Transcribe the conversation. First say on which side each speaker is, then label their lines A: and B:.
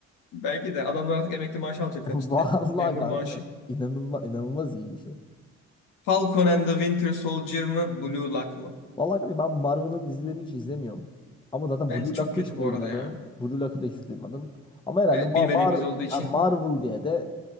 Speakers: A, on the left (about 85°); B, on the left (about 15°).
A: Belki de adamlar artık emekli maaşı alacaklar
B: <laughs> Vallahi
A: cidden. Memur
B: kanka
A: maaşı.
B: inanılmaz inanılmaz iyi bir şey.
A: Falcon and the Winter Soldier mı? Blue Lock mı?
B: Vallahi kanka ben Marvel'ın dizilerini hiç izlemiyorum. Ama zaten
A: Bence
B: Blue
A: çok
B: Lock'ı
A: kötü
B: hiç
A: bu
B: duymadım.
A: arada ya.
B: Blue Lock'ı da hiç duymadım. Ama herhalde
A: Evet
B: Ma-
A: bilmediğimiz
B: Mar
A: olduğu için.
B: ha, Marvel diye de